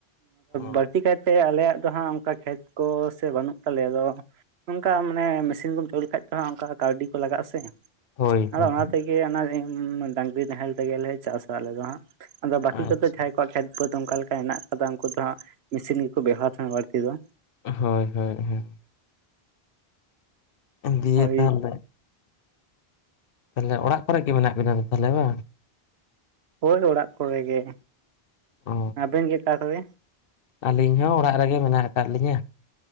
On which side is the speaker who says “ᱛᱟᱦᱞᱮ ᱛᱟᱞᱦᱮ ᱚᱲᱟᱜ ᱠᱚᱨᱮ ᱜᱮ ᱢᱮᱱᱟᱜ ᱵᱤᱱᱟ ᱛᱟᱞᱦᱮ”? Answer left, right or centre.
Left